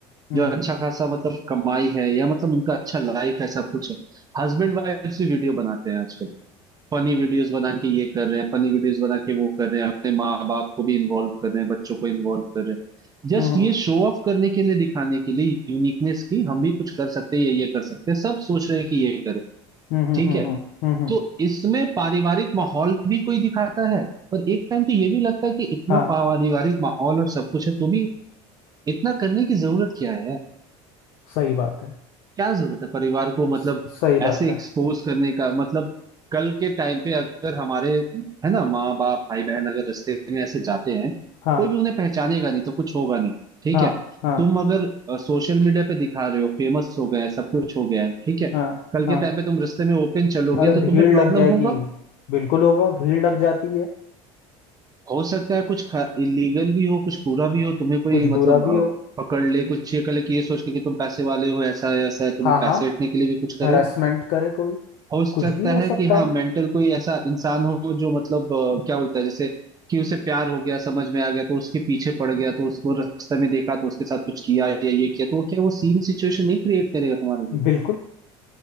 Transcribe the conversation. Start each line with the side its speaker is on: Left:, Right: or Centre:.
Left: हम्म
Right: जो अच्छा खासा मतलब कमाई है या मतलब उनका अच्छा लाइफ है सब कुछ है हस्बैंड वाइफ भी वीडियो बनाते हैं आजकल फनी वीडियोस बना के ये कर रहे हैं फनी वीडियोस बना के वो कर रहे हैं अपने माँ बाप को भी इन्वॉल्व कर रहे हैं बच्चों को इन्वॉल्व कर रहे हैं जस्ट
Left: हम्म
Right: ये शो ऑफ करने के लिए दिखाने के लिए यूनिकनेस की हम भी कुछ कर सकते हैं ये ये कर सकते हैं सब सोच रहे हैं कि ये करें
Left: हम्म हम्म
Right: ठीक
Left: हम्म
Right: है
Left: हम्म हम्म, हम्म, हम्म,
Right: तो इसमें पारिवारिक माहौल भी कोई दिखाता है पर एक टाइम तो ये भी लगता है कि इतना
Left: हाँ
Right: पारिवारिक माहौल और सब कुछ है तो भी इतना करने की जरूरत क्या है यार
Left: सही बात है
Right: क्या जरूरत है परिवार को
Left: स-
Right: मतलब
Left: सही
Right: ऐसे
Left: बात है
Right: एक्सपोज करने का मतलब कल के टाइम पे अगर हमारे है ना माँ बाप भाई बहन अगर रास्ते में ऐसे जाते हैं
Left: हाँ
Right: कोई भी उन्हें पहचानेगा नहीं तो कुछ होगा नहीं ठीक
Left: हाँ
Right: है
Left: हाँ
Right: तुम अगर सोशल मीडिया पे दिखा रहे हो फेमस हो गए सब कुछ हो गया है ठीक है
Left: हाँ
Right: कल के
Left: हाँ
Right: टाइम पे तुम रास्ते में ओपन चलोगे
Left: अरे
Right: तो
Left: भीड़
Right: तुम्हें प्रॉब्लम
Left: लग जाएगी
Right: होगा
Left: बिल्कुल होगा भीड़ लग जाती है
Right: हो सकता है कुछ इलीगल भी हो कुछ पूरा भी हो तुम्हें कोई
Left: कुछ
Right: मतलब
Left: बुरा
Right: अ,
Left: भी हो
Right: पकड़ ले कुछ ये कर ले कि ये सोच के कि तुम पैसे वाले हो ऐसा है, ऐसा है तुम्हें
Left: हाँ
Right: पैसे
Left: हाँ
Right: हटने के लिए भी कुछ
Left: हरासमेंट
Right: करे
Left: करे कोई
Right: हो सकता
Left: कुछ भी हो
Right: है
Left: सकता
Right: कि हाँ
Left: है
Right: मेंटल कोई ऐसा इंसान हो जो मतलब अ, क्या बोलता है जैसे कि उसे प्यार हो गया समझ में आ गया तो उसके पीछे पड़ गया तो उसको रास्ते में देखा तो उसके साथ कुछ किया या ये किया तो वो क्या वो सेम सिचुएशन नहीं क्रिएट करेगा तुम्हारे लिए
Left: बिल्कुल